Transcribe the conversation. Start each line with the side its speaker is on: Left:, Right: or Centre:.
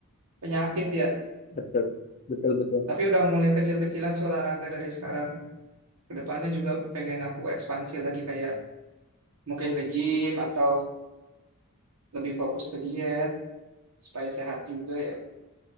Right: penyakit ya.
Left: Betul. Betul betul.
Right: Tapi udah mulai kecil-kecilan sih olahraga dari sekarang. Kedepannya juga pengen aku ekspansi lagi kayak mungkin ke gym atau lebih fokus ke diet supaya sehat juga ya.